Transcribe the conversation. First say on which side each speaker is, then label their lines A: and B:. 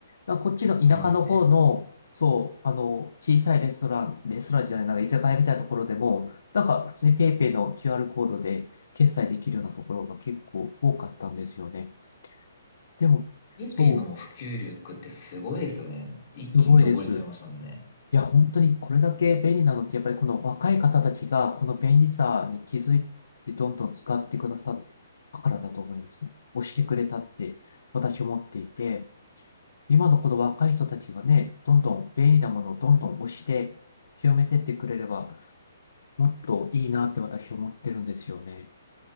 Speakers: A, on the left (about 65°); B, on the left (about 45°).
A: あこっちの田舎の方の、
B: りますね。
A: そう、あの、小さいレストラン、レストランじゃない、なんか居酒屋みたいなところでも、なんか普通にペイペイの QR コードで決済できるようなところが結構多かったんですよね。でも、
B: ペイペイのもう普及力ってすごいですよね。
A: そう、
B: 一気に上り詰めましたもんね。
A: すごいです。いや、本当にこれだけ便利なのって、やっぱりこの若い方たちが、この便利さに気づいて、どんどん使ってくださったからだと思います。押してくれたって、私思っていて、今のこの若い人たちがね、どんどん便利なものをどんどん押して、広めてってくれれば、もっといいなって私思ってるんですよね。